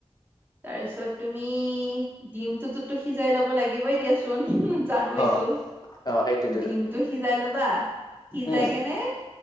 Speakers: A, on the right; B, on the left.
A: তাৰপিছত তুমি ডিমটোতোতো সিজাই ল'ব লাগিবই দিয়াচোন। জানো এইটো
B: অ অ সেইটোতো
A: ডিমটো
B: যাম
A: সিজাই ল'বা। সিজাই
B: উম
A: কেনে